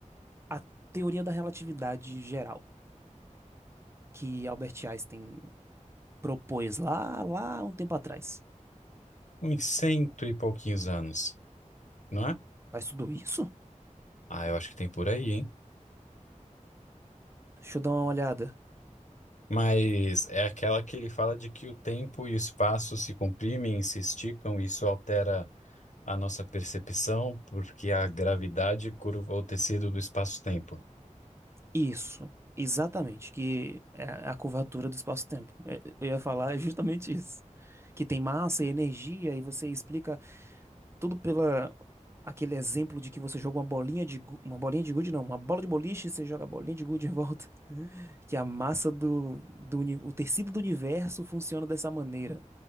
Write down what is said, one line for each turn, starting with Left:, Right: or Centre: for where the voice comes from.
Right: a teoria da relatividade geral que Albert Einstein propôs lá, lá um tempo atrás.
Left: Uns cento e pouquinhos anos, não é?
Right: Faz tudo isso?
Left: Ah, eu acho que tem por aí, hein?
Right: Deixa eu dar uma olhada.
Left: Mas é aquela que ele fala de que o tempo e o espaço se comprimem, se esticam, e isso altera a nossa percepção, porque a gravidade curva o tecido do espaço-tempo.
Right: Isso, exatamente, que é a curvatura do espaço-tempo. É, Eu ia falar <laughs> justamente isso. Que tem massa e energia, e você explica tudo pela aquele exemplo de que você joga uma bolinha de gu- uma bolinha de gude, não, uma bola de boliche, você joga a bolinha de gude em volta. que a massa do, do uni- o tecido do universo funciona dessa maneira,